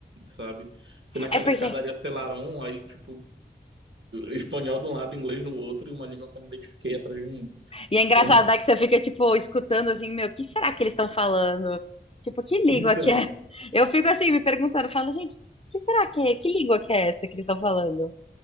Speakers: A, on the right; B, on the left.
A: sabe? Fui naquela
B: É porque.
A: escadaria Selarón, aí, tipo, espanhol de um lado, inglês do outro, e uma língua que eu não identifiquei atrás de mim.
B: E é engraçado,
A: Então, <laughs>
B: né, que você fica, tipo, escutando assim, meu, o que será que eles estão falando? Tipo, que língua
A: então,
B: que é? <laughs> Eu fico assim, me perguntando, falo, gente, que será que é? Que língua que é essa que eles estão falando?